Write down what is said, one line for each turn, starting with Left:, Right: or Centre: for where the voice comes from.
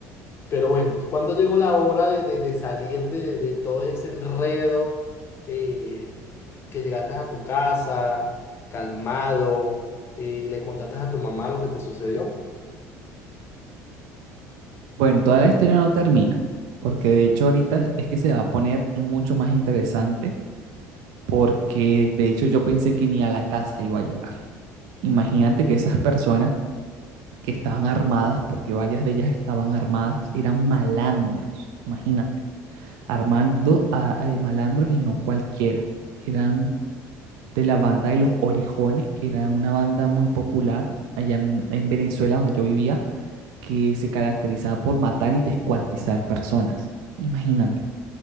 Left: Pero bueno, ¿cuándo llegó la hora de, de- de salir de, de todo ese enredo? eh, que llegaste a tu casa, calmado, y le contaste a tu mamá lo que te sucedió.
Right: Bueno, toda la historia no termina, porque de hecho ahorita es que se va a poner mucho más interesante, porque de hecho yo pensé que ni a la casa iba a llegar. Imagínate que esas personas que estaban armadas, porque varias de ellas estaban armadas, eran malandros, imagínate, armando a, a malandros y no cualquiera, eran de la banda de Los Orejones, que era una banda muy popular allá en, en Venezuela, donde yo vivía, que se caracterizaba por matar y descuartizar personas. Imagínate.